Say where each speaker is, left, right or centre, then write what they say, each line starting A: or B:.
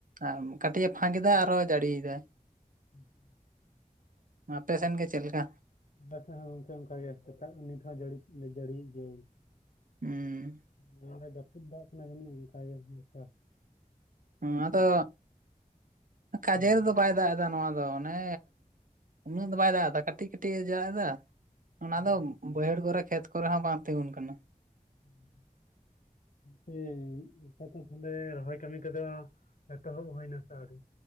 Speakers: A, on the right (about 70°); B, on the left (about 65°).
A: ᱟᱨ ᱠᱟᱹᱴᱤᱡ ᱮ ᱯᱷᱟᱸᱠ ᱮᱫᱟ ᱟᱨᱚ ᱡᱟᱹᱲᱤᱭᱮᱫᱟᱭ ᱾
B: ᱦᱩᱸ ᱦᱩᱸ
A: ᱟᱯᱮᱥᱮᱱ ᱜᱮ ᱪᱮᱫ ᱞᱮᱠᱟ?
B: ᱟᱞᱮ ᱥᱮᱫ ᱦᱚᱸ ᱜᱚᱢᱠᱮ ᱚᱱᱠᱟᱹᱜᱮ ᱥᱮᱛᱟᱜ ᱱᱤᱛ ᱦᱚᱸ ᱡᱟᱹᱲᱤ ᱜᱮᱭᱟ ᱾
A: ᱦᱩᱸ
B: ᱚᱱᱟ ᱫᱚ ᱡᱟᱹᱯᱩᱫ ᱫᱟᱜ ᱠᱟᱱᱟᱹ ᱚᱱᱠᱟᱜᱮ ᱵᱮᱯᱟᱨ
A: ᱦᱸ ᱟᱫᱚ <unintelligible> ᱠᱟᱡᱮᱨᱮ
B: ᱦᱩᱸ
A: ᱫᱚ ᱵᱟᱭ ᱫᱟᱜ ᱮᱫᱟ ᱱᱚᱣᱟ ᱫᱚ ᱟᱫᱚ ᱚᱱᱮ ᱩᱱᱟᱹᱜ ᱫᱚ ᱵᱟᱭ ᱫᱟᱜ ᱮᱫᱟ ᱠᱟᱹᱴᱤᱠ ᱠᱟᱹᱴᱤᱠ ᱮ ᱫᱟᱜ ᱮᱫᱟ ᱚᱱᱟ
B: ᱦᱩᱸ
A: ᱫᱚ ᱵᱟᱹᱭᱦᱟᱹᱲ ᱠᱚᱨᱮ ᱠᱷᱮᱛ ᱠᱚᱨᱮ ᱦᱚᱸ ᱵᱟᱝ ᱛᱤᱸᱜᱩᱱ ᱠᱟᱱᱟ᱾
B: ᱦᱩᱸ ᱦᱮᱸ ᱟᱯᱮ ᱫᱚ ᱛᱟᱞᱦᱮ ᱨᱚᱦᱚᱭ ᱠᱟᱹᱢᱤ ᱠᱚᱫᱚ ᱮᱛᱚᱦᱚᱵ ᱦᱩᱭᱱᱟ ᱥᱮ ᱟᱹᱣᱨᱤ?